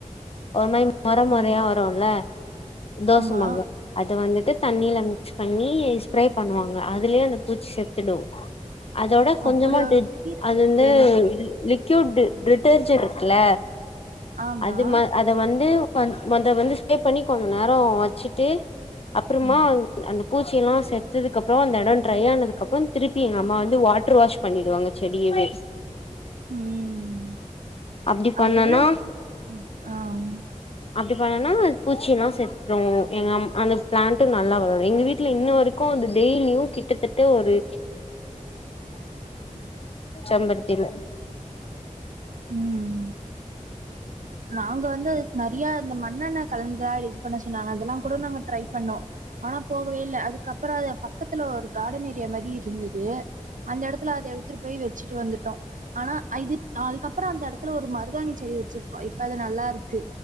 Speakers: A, on the left (about 45°); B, on the right (about 75°).
A: ஒரு மாரி நொறை நொறையா
B: ம்
A: வரும்ல தோசைமாவுல
B: ஆமா
A: அது வந்துட்டு தண்ணியில மிக்ஸ் பண்ணி ஸ்ப்ரே பண்ணுவாங்க அதுலயே அந்த பூச்சி செத்துடு அதோட கொஞ்சமா
B: அப்டி ஒரு
A: டெட்
B: வழி இருக்கு
A: அது வந்து
B: தெரிஞ்ச
A: லிக்யூட் டிட் டிட்டர்ஜென்ட் இருக்குல்ல
B: ஆமா
A: அது அத வந்து வந் வந்து ஸ்ப்ரே பண்ணி கொஞ்ச நேரோ வச்சுட்டு அப்றமா
B: ம்
A: அந்த பூச்சில்லா செ த்ததுக்கு அப்பறோ அந்த எடோ ட்ரை ஆனதுக்கு அப்றோ திருப்பி எங்க அம்மா வந்து வாட்டர் வாஷ் பண்ணிடுவாங்க செடியவே
B: ம்
A: அப்டி பண்ணனா
B: அதன ம் ஆம்
A: அப்டி பண்ணனாண பூச்சி எல்லா செத்துரு எங்க அம் அந்த பிளான்ட்ட நல்லா வளரு எங்க வீட்ல இன்னு இருக் கு அது டெய்லியு கிட்டத்தட்ட ஒரு
B: <inaudible>
A: செம்பருத்தில
B: ம் நாங்க வந்து நெறையா இந்த மண்ணெண்ண கலந்துலா இது பண்ண சொன்னாங்க அதெல்லா கூட நாங்க ட்ரை பண்ணோ ஆனா போகவே இல்ல அதுக்கப்பறோ அது பக்கத்துல ஒரு கார்டன் ஏரியா மாரி இருந்தது அந்த எடத்துல அத எடுத்துட்டு போய் வச்சுட்டு வந்துட்டோ ஆனா இது அதுக்கப்பறோ அந்த எடத்துல ஒரு மருதாணி செடி வச்சிருக் கோ இப்ப அது நல்லா இருக்கு